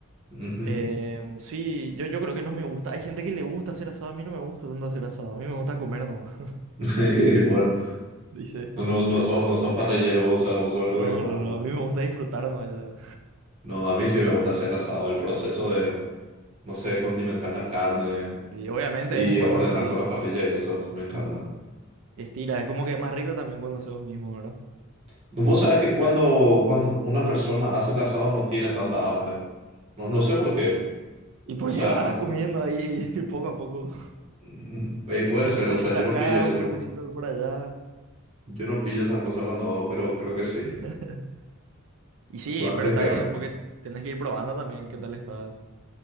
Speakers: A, on the right; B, on the right.
A: Ujú.
B: Em, sí, yo, yo creo que no me gusta. Hay gente que le gusta hacer asado, a mí no me gusta tanto hacer asado, a mí me gusta comer nomás.
A: <laughs> Bueno,
B: <laughs> Dice,
A: no, no, no, sos, no sos parrillero, o sea, vos sabés
B: no,
A: lo que comen
B: no, no,
A: nomás.
B: a mí me gusta disfrutar nomás ya.
A: No, a mí sí me gusta hacer el asado, el proceso de, no sé, condimentar la carne
B: Y obviamente
A: y
B: de vez en cuando
A: ordenar
B: sí,
A: toda la parrilla y eso, eso me encanta.
B: estira, es como que es más rico también cuando haces vos mismo, ¿verdad?
A: Vos sabés que cuando, cuando una persona hace el asado no tiene tanta hambre. No, no sé por qué.
B: Y porque
A: O sea,
B: vas
A: cuando,
B: comiendo ahí <laughs> poco a poco.
A: Y puede
B: Un
A: ser,
B: cortecito
A: o sea, yo
B: acá,
A: no pillo eso.
B: un cortecito por allá.
A: Yo no pillo esas cosas cuando hago, pero creo que sí.
B: <laughs> Y sí,
A: Vas
B: pero
A: testeando.
B: está bien, porque tienes que ir probando también qué tal está.